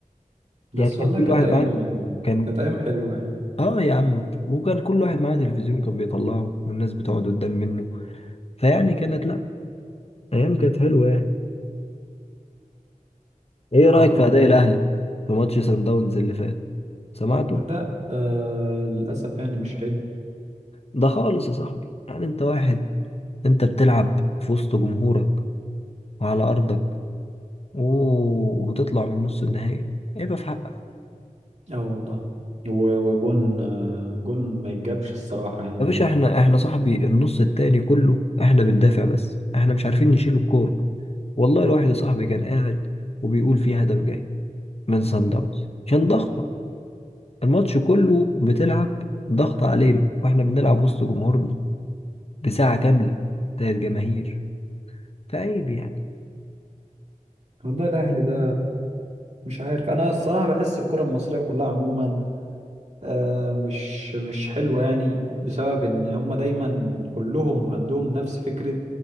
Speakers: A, on the right (about 55°); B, on the left (about 45°).
A: بس
B: يعني
A: والله
B: كان كل
A: كانت
B: واحد
A: ايام
B: معاه كان
A: كانت ايام حلوه يعني
B: اه يا عم وكان كل واحد معاه تلفزيون كان بيطلعه والناس بتقعد قدام منه فيعني كانت لا ايام كانت حلوه يعني ايه رايك
A: آه
B: في اداء الاهلي في ماتش سان داونز اللي فات سمعته
A: لا آه للاسف يعني مش حلو
B: ده خالص يا صاحبي يعني انت واحد انت بتلعب في وسط جمهورك وعلى ارضك و... وتطلع من نص النهائي ايه بقى في حقك
A: اه والله و- وجون آه جون ما يتجابش الصراحه يعني
B: يا باشا احنا احنا صاحبي النص التاني كله احنا بندافع بس احنا مش عارفين نشيل الكورة والله الواحد صاحبي كان قاعد وبيقول في هدف جاي من سان داونز عشان ضغطة الماتش كله بتلعب ضغط علينا واحنا بنلعب وسط جمهورنا بساعة كاملة بتاعت جماهير فعيب يعني
A: والله الاهلي ده مش عارف انا الصراحه بحس الكره المصريه كلها عموما آه، مش مش حلوة يعني بسبب ان هم دايما كلهم عندهم نفس فكرة